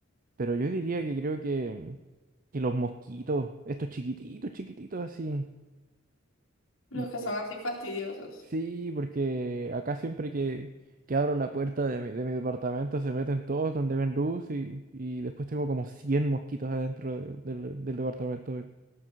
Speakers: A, on the right (about 45°); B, on the left (about 80°).
A: Pero yo diría que creo que, que los mosquitos, estos chiquititos, chiquititos así.
B: Los
A: Y,
B: que son así fastidiosos.
A: sí, porque acá siempre que, que abro la puerta de mi, de mi departamento se meten todos donde ven luz y, y después tengo como 100 mosquitos adentro del, del- del departamento. weón.